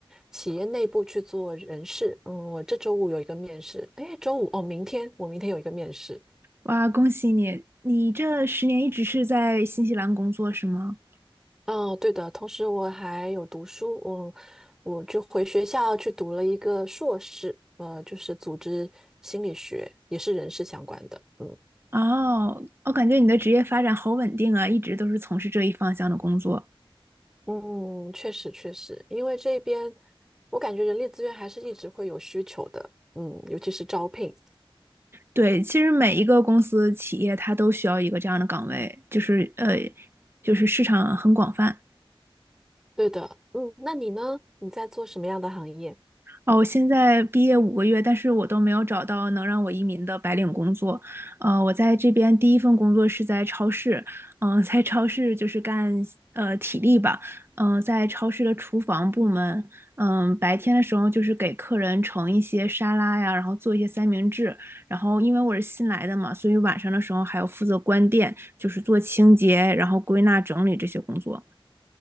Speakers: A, in the centre; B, on the right (about 25°).
A: 企业内部去做人事。嗯，我这周五有一个面试，诶，周五哦，明天我明天有一个面试。
B: 哇，恭喜你！你这十年一直是在新西兰工作是吗？
A: 嗯，对的，同时我还有读书，我我就回学校去读了一个硕士，呃，就是组织心理学，也是人事相关的。嗯。
B: 哦，我感觉你的职业发展好稳定啊，一直都是从事这一方向的工作。
A: 嗯，确实确实，因为这边我感觉人力资源还是一直会有需求的，嗯，尤其是招聘。
B: 对，其实每一个公司、企业它都需要一个这样的岗位，就是呃，就是市场很广泛。
A: 对的，嗯，那你呢？你在做什么样的行业？
B: 哦，我现在毕业五个月，但是我都没有找到能让我移民的白领工作。呃，我在这边第一份工作是在超市，嗯、在超市就是干呃体力吧，嗯、在超市的厨房部门，嗯、白天的时候就是给客人盛一些沙拉呀，然后做一些三明治，然后因为我是新来的嘛，所以晚上的时候还要负责关店，就是做清洁，然后归纳整理这些工作。